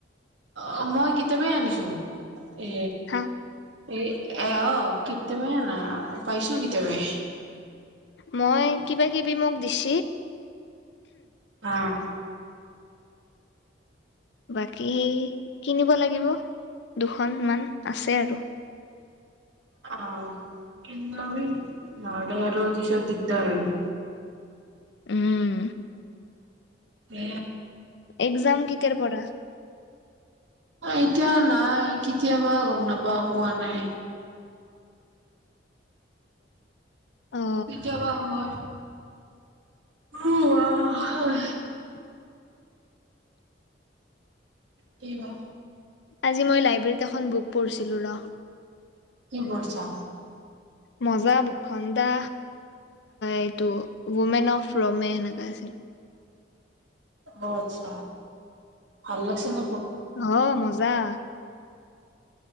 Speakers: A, on the right; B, on the left.
A: অ মই কিতাপেই আনিছো। এ
B: হা
A: এ এ অ কিতাপ ম ন। পাইছো কেতিয় বাই।
B: মই কিবা কিবি মোক দিছ।
A: অহ।
B: বাকী সেই কিনিব লাগিব। দুখনমান আছে আৰু।
A: অ কিবনে নহ'লে পিছত দিগদাৰ হ'য় ন।
B: উম।
A: এ।
B: এক্সাম কেতিয়াৰ পৰা।
A: এতিয়া নাই কেতিয়াবা গম নাপাও কোৱা নাই।
B: অ
A: কেতিয়াবা হয় উম।
B: <unintelligible>
A: কেইবা।
B: আজি মই লাইব্ৰেৰীত এখন বুক পঢ়িছিলো ৰ।
A: কি বছা।
B: মজা বুক খন্দা এইটো মৌমেন অফ ৰমে সেনেককা আছিল।
A: অ আচ্ছা ভাল লাগিছে ন।
B: অ মাজা। যা।